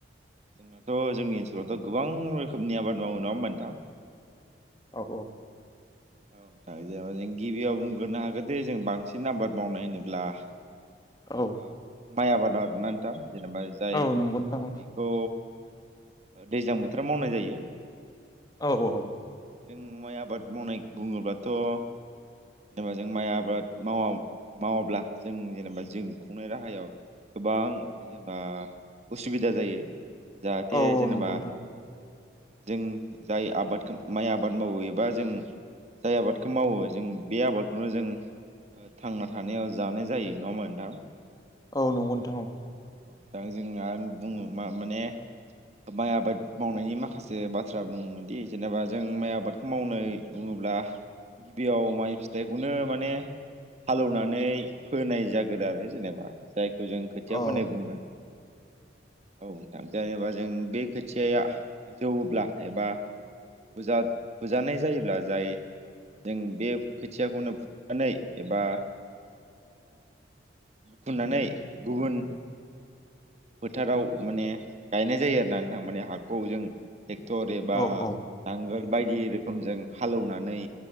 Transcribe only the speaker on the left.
औ
औ
औ नंगौ नोंथां औ
औ औ
औ औ
नंगौ नोंथां
औ नंगौ नोंथां औ।
औ
औ औ